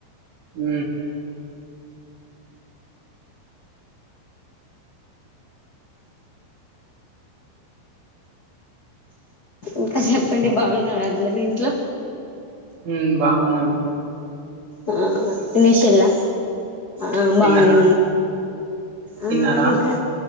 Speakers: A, on the right (about 70°); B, on the left (about 45°).
A: ఊ
B: ఇంకా చెప్పండి బావున్నారా అందరూ ఇంట్లో
A: ఉమ్ బావున్నం
B: ఆ ఫినిషెల్ల ఆ బానే
A: తిన్నారా తిన్నారా
B: ఆ ఇంకా